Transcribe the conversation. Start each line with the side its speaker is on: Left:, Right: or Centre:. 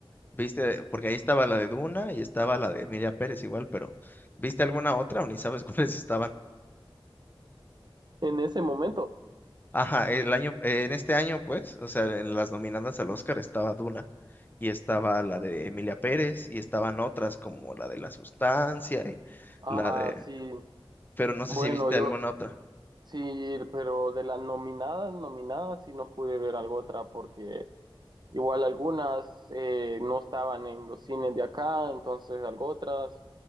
Left: ¿viste? Porque ahí estaba la de Duna y estaba la de Emilia Pérez igual, pero ¿viste alguna otra o ni sabes <laughs> cuáles estaban?
Right: En ese momento.
Left: Ajá, el año, eh, en este año, pues, o sea, en las nominadas al Oscar estaba Duna y estaba la de Emilia Pérez y estaban otras como la de La Sustancia y
Right: Ajá,
Left: la de,
Right: sí.
Left: pero no
Right: Bueno,
Left: sé si viste
Right: yo
Left: alguna otra.
Right: sí, pero de las nominadas, nominadas, sí no pude ver algo otra porque Igual algunas eh, no estaban en los cines de acá, entonces algo otras